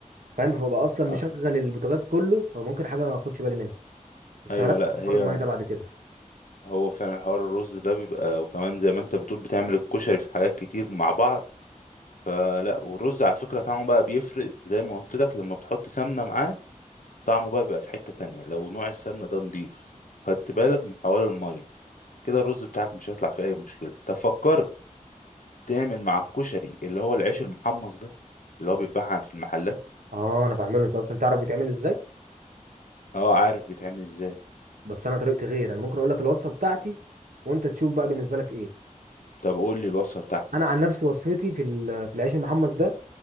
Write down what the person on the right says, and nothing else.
فاهم فببقى اصلا مشغل
البوتاجاز كله فممكن حاجة ما اخدش بالي منها بس
هركز
في
حوار المية ده بعد كده
اه انا بعمله انت اصلا تعرف بيتعمل ازاي
بس انا طريقتي غير انا ممكن اقول لك الوصفة بتاعتي وانت تشوف بقى بالنسبة لك ايه
انا عن نفسي وصفتي في ال- في العيش المحمص ده